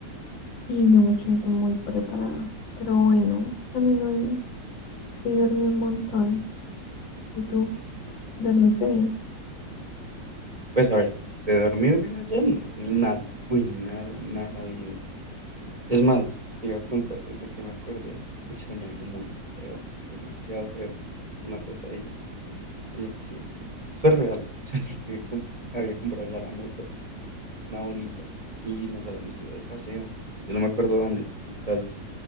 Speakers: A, on the left; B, on the right.
A: y no me siento muy preparada. Pero bueno, también hoy, hoy dormí un montón. ¿Y tú? ¿Dormiste bien?
B: Pues a ver, de dormir bien ayer no dormí nada. Uy, nada, nada bien. Es más, te iba a contar desde que me acordé. Uy, soñé algo muy feo, demasiado feo. Una pesadilla. Soñé que... Eso es real. <laughs> Soñé que comp- había comprado ya la moto. una bonita, y nos habíamos ido de paseo. Yo no me acuerdo dónde, el caso.